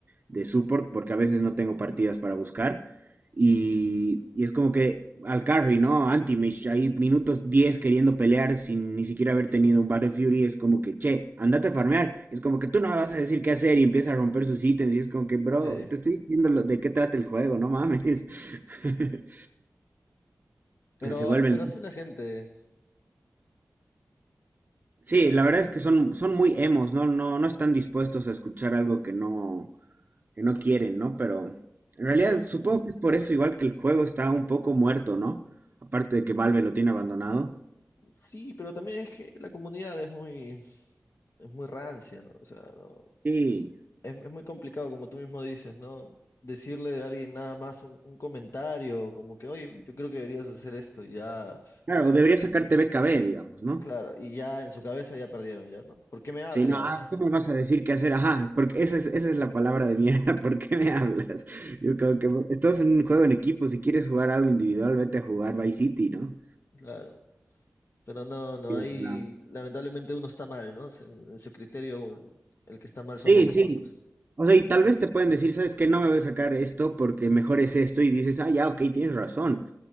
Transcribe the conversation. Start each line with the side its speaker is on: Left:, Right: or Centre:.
Right: de support, porque a veces no tengo partidas para buscar, y, y es como que al carry, ¿no? Anti-Mage, ahí minutos 10 queriendo pelear sin ni siquiera haber tenido un Battle Fury, es como que, che, andate a farmear. Es como que tú no me vas a decir qué hacer y empieza a romper sus ítems. Y es como que, bro,
Left: Sí,
Right: te estoy diciendo lo- de qué trata el juego, no mames. <laughs>
Left: pero,
Right: Se vuelven.
Left: pero sí la gente,
Right: Sí, la verdad es que son, son muy emos, ¿no? No, no están dispuestos a escuchar algo que no, que no quieren, ¿no? Pero en realidad
Left: pero
Right: supongo que es por eso, igual que el juego está un poco muerto, ¿no? Aparte de que Valve lo tiene abandonado.
Left: sí, pero también es que la comunidad es muy, es muy rancia, ¿no? O sea, no-
Right: Sí,
Left: es, es muy complicado, como tú mismo dices, ¿no? Decirle a alguien nada más un, un comentario, como que, oye, yo creo que deberías hacer esto, y ya,
Right: claro, o debería sacarte B K B, digamos, ¿no?
Left: claro, y ya en su cabeza ya perdieron, ya, ¿no? ¿Por qué me hablas?
Right: Si no, ah, ¿qué
Left: Eh,
Right: me vas a decir qué hacer? Ajá, porque esa es, esa es la palabra de mierda, <laughs> ¿por qué me hablas? Yo creo que estás en un juego en equipo, si quieres jugar algo individual, vete a jugar Vice City, ¿no?
Left: Claro, pero no, no,
Right: Y
Left: ahí
Right: es una-
Left: lamentablemente uno está mal, ¿no? Se- En, su criterio, el que está mal
Right: Sí,
Left: somos nosotros.
Right: sí. O sea, y tal vez te pueden decir, ¿sabes qué? No me voy a sacar esto porque mejor es esto y dices, ah, ya, ok, tienes razón.